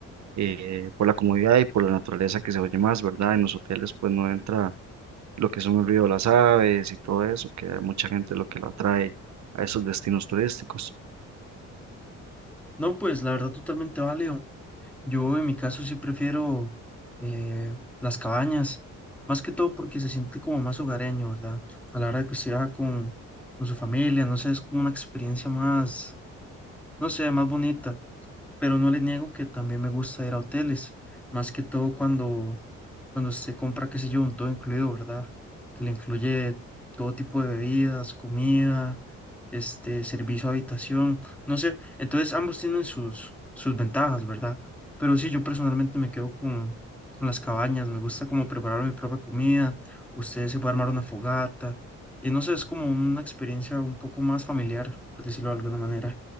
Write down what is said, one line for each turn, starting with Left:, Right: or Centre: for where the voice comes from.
Right: eh, por la comodidad y por la naturaleza que se oye más, ¿verdad? En los hoteles pues no entra lo que son el ruido de las aves y todo eso, que a mucha gente lo que lo atrae a esos destinos turísticos.
Centre: No, pues la verdad totalmente válido. Yo en mi caso sí prefiero eh, las cabañas, más que todo porque se siente como más hogareño, ¿verdad? A la hora de que usted viaja con, con su familia, no sé, es como una experiencia más, no sé, más bonita. pero no le niego que también me gusta ir a hoteles, más que todo cuando, cuando se compra, qué sé yo, un todo incluido, ¿verdad? Que le incluye todo tipo de bebidas, comida, este, servicio a habitación, no sé, entonces ambos tienen sus, sus ventajas, ¿verdad? Pero sí, yo personalmente me quedo con, con las cabañas, me gusta como preparar mi propia comida, ustedes se puede armar una fogata, y no sé, es como una experiencia un poco más familiar, por decirlo de alguna manera.